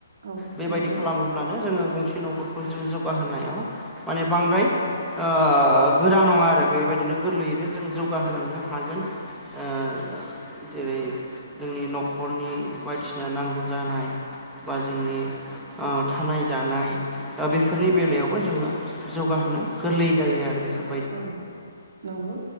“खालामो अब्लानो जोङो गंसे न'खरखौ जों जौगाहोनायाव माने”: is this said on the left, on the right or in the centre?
Centre